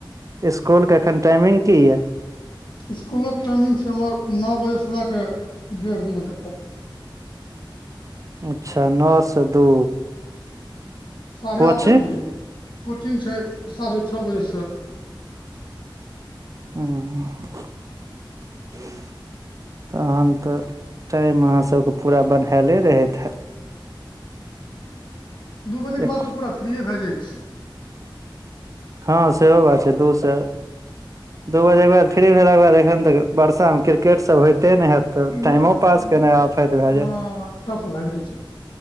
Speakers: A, on the right; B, on the left.
A: इसकुलके एखन टाइमिंग की यैऽ।
B: इसकुलक टाइमिंग छै हमर न बजेसँ लए कऽ डेढ़ दू बजे तक।
A: अच्छ नऽ स दू।
B: साढ़े
A: कोचिंग
B: आठे बजे कोचिंग छै साढ़े छ बजे स। <inaudible>
A: <unintelligible> <inaudible> तहन तऽ टाइम अहाँ सब कऽ पूरा बंहेले रहैत हैत।
B: दू बजे केँ
A: एक
B: बाद तऽ पूरा फ्रिए भै जाइ छी।
A: हँ सेहो बात छै दू स दू बजे कऽ बाद फ्री भेला कऽ बाद एखन तक बर्षा में क्रिकेट सब होयते नै हैत
B: छियै
A: तऽ
B: नहि
A: टाइमो पास
B: नहि
A: केना आफेत भै
B: हँ
A: जाय।
B: टफ भै <inaudible> जाइ छै